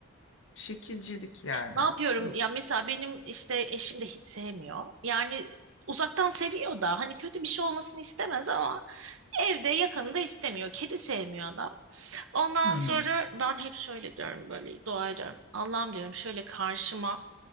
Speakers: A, on the left (about 60°); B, on the right (about 65°).
A: Şekilcilik yani.
B: ne yapıyorum
A: Hı
B: ya mesela benim işte eşim de hiç sevmiyor yani uzaktan seviyor da hani kötü bir şey olmasını istemez ama evde yakını da istemiyor kedi sevmiyor adam Ondan
A: hı.
B: sonra ben hep şöyle diyorum böyle dua ediyorum. Allah'ım diyorum şöyle karşıma